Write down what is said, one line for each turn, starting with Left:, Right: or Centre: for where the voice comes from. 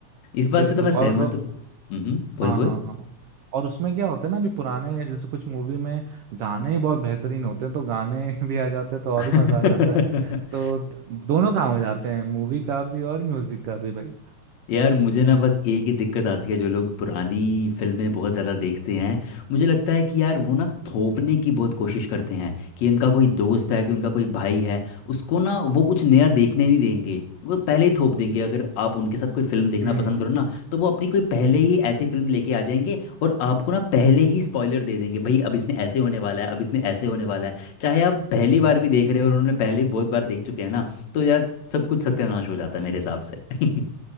Left: इस बात
Right: बिल्कुल
Left: से तो मैं
Right: और
Left: सहमत हूँ हम्म बोल
Right: हाँ
Left: बोल
Right: हाँ हाँ और उसमें क्या होता है ना अभी पुराने जैसे कुछ मूवी में गाने ही बहुत बेहतरीन होते हैं तो गाने <laughs> भी आ जाते हैं तो और
Left: <laughs>
Right: ही मजा आ जाता है तो द- दोनों काम हो जाते हैं मूवी का भी और म्यूजिक का भी भाई
Left: यार मुझे ना बस एक ही दिक्कत आती है जो लोग पुरानी फिल्में बहुत ज़्यादा देखते हैं मुझे लगता है कि यार वो ना थोपने की बहुत कोशिश करते हैं कि उनका कोई दोस्त है कि उनका कोई भाई है उसको ना वो कुछ नया देखने नहीं देंगे वो पहले ही थोप देंगे अगर आप उनके साथ कोई फिल्म देखना
Right: हम्म
Left: पसंद करो ना तो वो अपनी कोई पहले ही ऐसी फिल्म लेके आ जाएंगे और आपको ना पहले ही स्पॉइलर दे देंगे भाई अब इसमें ऐसे होने वाला है अब इसमें ऐसे होने वाला है चाहे आप पहली बार भी देख रहे हो और उन्होंने पहले ही बहुत बार देख चुके हैं ना तो यार सब कुछ सत्यानाश हो जाता है मेरे हिसाब से <laughs>